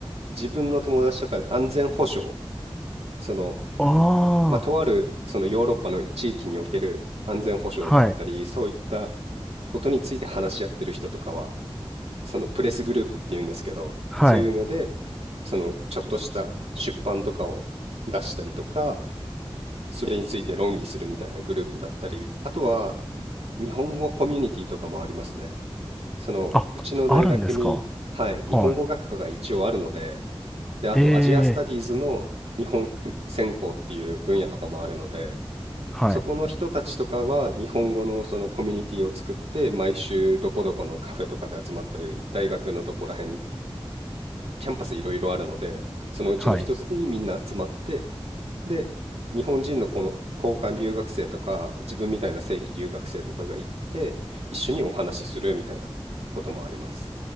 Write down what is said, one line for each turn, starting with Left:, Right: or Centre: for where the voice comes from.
Right: 自分の友達とかで安全保障、その、
Centre: ああー
Right: まあ、とある、そのヨーロッパの地域における安全保障だったり、
Centre: はい
Right: そういったことについて話し合ってる人とかは、そのプレスグループっていうんですけど、
Centre: はい
Right: そういうので、そのちょっとした出版とかを出したりとか、それについて論議するみたいなグループだったり、あとは日本語コミュニティとかもありますね。そのうちの大学に、
Centre: ああるんですか
Right: はい、
Centre: はい
Right: 日本語学科が一応あるので、で、あとアジアスタディーズの
Centre: ええー
Right: 専攻っていう分野とかもあるので、
Centre: はい
Right: そこの人たちとかは日本語のそのコミュニティを作って、毎週どこどこのカフェとかで集まったり、大学のとこら辺んキャンパスいろいろあるので、そのうちの一つにみんな集まって
Centre: はい
Right: で、日本人のこの交換留学生とか、自分みたいな正規留学生とかが行って、一緒にお話しするみたいなこともあります。